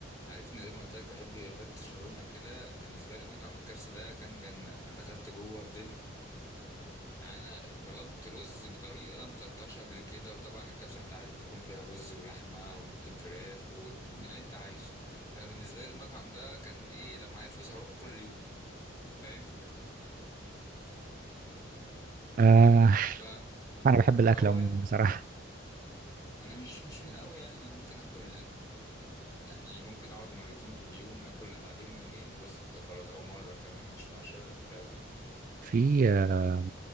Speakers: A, on the left; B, on the right.
A: عارفني زي ما قلت لك بحب فتة شاورما كده بالنسبه لي مطعم الكبسه ده كان جنه انا دخلت جوه فضلت يعني انا طلبت رز بطريقه ما طلبتهاش قبل كده وطبعا الكبسه انت عارف بيكون فيها رز ولحمه وممكن فراخ واللي انت عايزه فانا بالنسبه لي المطعم ده كان ايه لو معايا فلوس هروحه كل يوم فاهم
B: آه
A: ف-
B: انا بحب الاكل
A: فهو
B: عموما
A: يعني
B: بصراحة
A: انا مش مش من قوي يعني انا ممكن اكل يعني ممكن اقعد مرتين في اليوم اكل عليهم يومين وبس كده خلاص او مره كمان مش من عشان الاكل اوي
B: في آه